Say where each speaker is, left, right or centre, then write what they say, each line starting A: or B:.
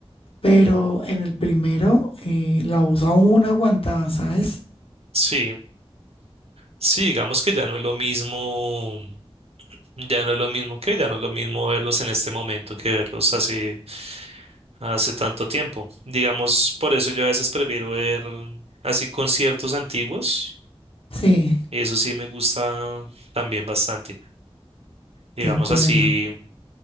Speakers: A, on the left; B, on the right.
A: pero en el primero, eh, la voz aún aguantaba, ¿sabes?
B: sí, sí, digamos que ya no es lo mismo, ya no es lo mismo que, ya no es lo mismo verlos en este momento que verlos hace hace tanto tiempo. Digamos, por eso yo a veces prefiero ver mm, así conciertos antiguos
A: Sí,
B: y eso sí me gusta también bastante. Digamos
A: de acuerdo.
B: así